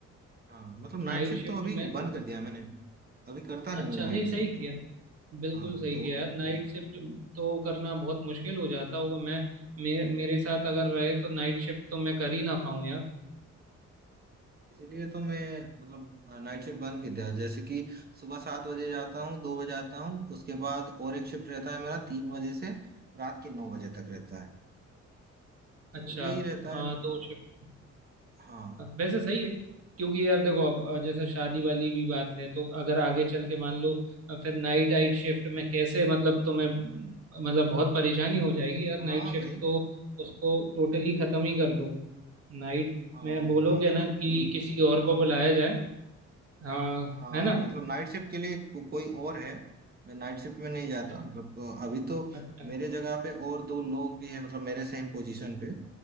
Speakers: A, on the right (about 30°); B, on the right (about 50°).
A: हाँ मतलब नाइट
B: नाइट
A: शिफ्ट
B: शिफ्ट
A: तो अभी
B: में
A: बंद
B: तो
A: कर दिया मैंने अभी करता नहीं
B: अच्छा
A: हूँ नाइट
B: नहीं सही
A: शिफ्ट
B: किया बिल्कुल
A: हाँ
B: सही
A: तो
B: किया यार नाइट शिफ्ट तो करना बहुत मुश्किल हो जाता होगा मैं मेरे मेरे साथ अगर रहे तो नाइट शिफ्ट तो मैं कर ही ना पाऊँ यार
A: इसीलिए तो मैं मतलब नाइट शिफ्ट बंद कर दिया जैसे कि सुबह सात बजे जाता हूँ दो बजे आता हूँ उसके बाद और एक शिफ्ट रहता है मेरा तीन बजे से रात के नौ बजे तक रहता है तो
B: अच्छा
A: यही रहता
B: अ,
A: है
B: दो शिफ्ट
A: हाँ
B: वैसे सही है क्योंकि यार देखो अब अ, जैसे शादी वाली भी बात है तो अगर आगे चल के मान लो अ, फिर नाइट आइट शिफ्ट में कैसे मतलब तुम्हें मतलब बहुत परेशानी हो जाएगी यार
A: हाँ
B: नाइट शिफ्ट
A: भाई
B: तो उसको टोटली खत्म ही कर दो नाइट
A: हाँ
B: में बोलो
A: हाँ
B: कि
A: मतलब
B: ना कि
A: हम्म,
B: किसी और को बुलाया जाए हाँ
A: हाँ
B: है ना
A: मतलब नाइट शिफ्ट के लिए को, कोई और है मैं नाइट शिफ्ट में नहीं जाता
B: अच्छा
A: मतलब अ, अभी तो
B: अच्छा
A: मेरे जगह पे और दो लोग भी हैं मतलब मेरे सेम पोजीशन पे